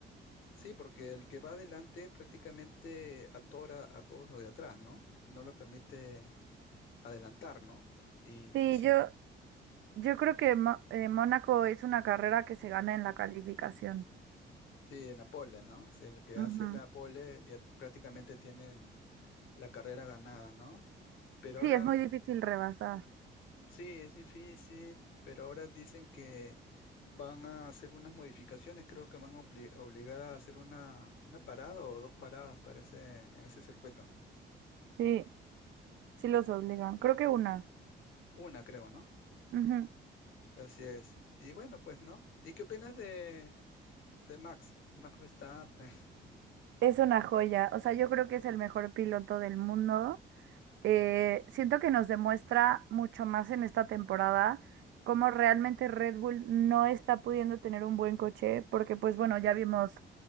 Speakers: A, on the left; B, on the right.
A: sí, porque el que va adelante prácticamente atora a todos los de atrás, ¿no? No los permite adelantar, ¿no? Y,
B: Sí,
A: y si,
B: yo, yo creo que Mo- eh, Mónaco es una carrera que se gana en la calificación.
A: sí, en la pole, ¿no? Si el que
B: Ujú.
A: hace la pole ya prácticamente tiene la carrera ganada, ¿no? Pero
B: Sí,
A: ahora
B: es
A: mm,
B: muy difícil rebasar.
A: sí, es difícil, pero ahora dicen que van a hacer unas modificaciones, creo que van a obli- obligar a hacer una, una parada o dos paradas, parece, en ese circuito.
B: Sí, sí los obligan. Creo que una.
A: Una, creo, ¿no?
B: Ujú.
A: Así es. Y bueno, pues, ¿no? ¿Y qué opinas de, de Max? Max Verstappen. <laughs>
B: Es una joya. O sea, yo creo que es el mejor piloto del mundo. Eh, siento que nos demuestra mucho más en esta temporada cómo realmente Red Bull no está pudiendo tener un buen coche, porque pues bueno, ya vimos